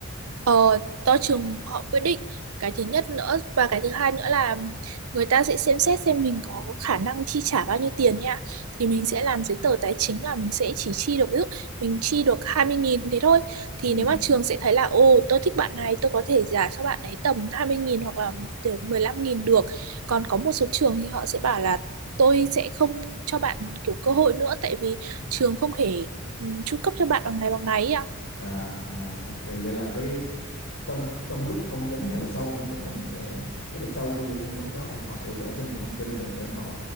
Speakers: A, on the right; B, on the left.
A: Ờ, do trường họ quyết định cái thứ nhất nữa và cái thứ hai nữa là người ta sẽ xem xét xem mình có khả năng chi trả bao nhiêu tiền nha thì mình sẽ làm giấy tờ tài chính là mình sẽ chỉ chi được ví dụ mình chi được 20.000 thế thôi thì
B: ừ
A: nếu mà trường sẽ thấy là ồ tôi thích bạn này tôi có thể trả cho bạn ấy tầm 20.000 hoặc là từ 15.000 được còn có một số trường thì họ sẽ bảo là tôi sẽ không cho bạn kiểu cơ hội nữa tại vì trường không thể ừ, chu cấp cho bạn bằng này bằng này ấy à
B: à à ok vậy là cái trong trong lúc phỏng vấn hay là sau phỏng vấn là mình sẽ tức là sau của buổi phỏng vấn đó thì họ sẽ gửi cho mình thông tin để, để họ